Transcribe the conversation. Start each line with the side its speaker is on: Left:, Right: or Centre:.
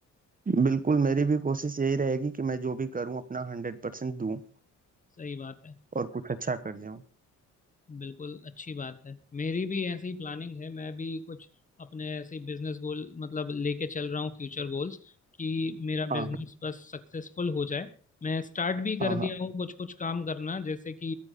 Right: बिल्कुल मेरी भी कोशिश यही रहेगी कि मैं जो भी करूँ अपना हंड्रेड परसेंट दूँ
Left: सही बात है
Right: और कुछ अच्छा कर जाऊँ
Left: बिल्कुल अच्छी बात है मेरी भी ऐसी ही प्लानिंग है मैं भी कुछ अपने ऐसे बिजनेस गोल मतलब लेके चल रहा हूँ फ्यूचर गोल्स कि मेरा
Right: हाँ
Left: बिजनेस बस सक्सेसफुल हो जाए मैं स्टार्ट भी कर
Right: हाँ हाँ
Left: दिया हूँ कुछ कुछ काम करना जैसे कि